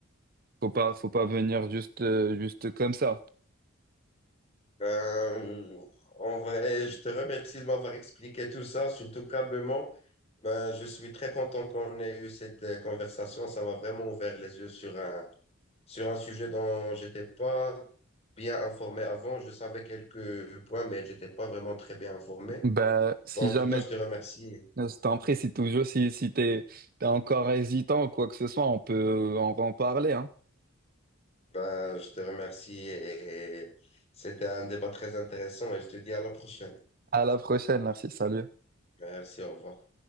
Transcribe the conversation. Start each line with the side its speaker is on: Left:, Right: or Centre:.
Right: Faut pas, faut pas venir juste, euh, juste comme ça.
Left: Ben, en vrai, je te remercie de m'avoir expliqué tout ça, surtout calmement. Ben, je suis très content qu'on ait eu cette euh, conversation. Ça m'a vraiment ouvert les yeux sur un, sur un sujet dont j'étais pas bien informé avant. Je savais quelques points, mais j'étais pas vraiment très bien informé.
Right: Bah, si
Left: Bon, en
Right: jamais,
Left: tout cas, je te remercie.
Right: euh, je t'en prie, si toujours, si, si t'es, t'es encore hésitant ou quoi que ce soit, on peut en en parler, hein.
Left: Ben, je te remercie et c'était un débat très intéressant et je te dis à la prochaine.
Right: À la prochaine, merci, salut.
Left: Merci, au revoir.